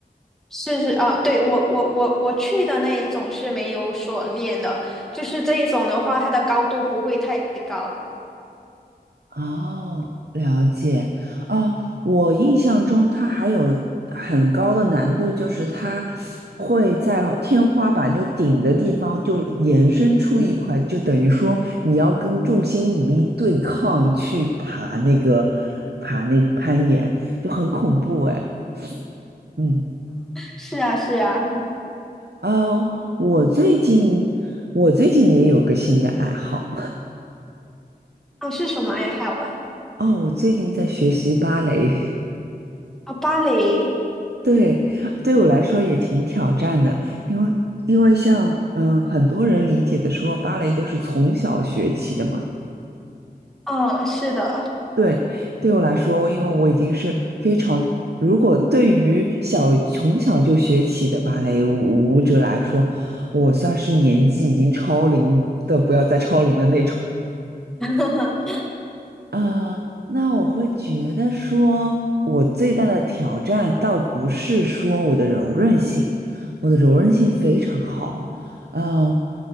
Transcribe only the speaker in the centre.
是是啊，对，我我我我去的那一种是没有锁链的，就是这一种的话，它的高度不会太高。
是啊是啊，
啊是什么爱好啊？
啊芭蕾，
嗯，是的，
<laughs>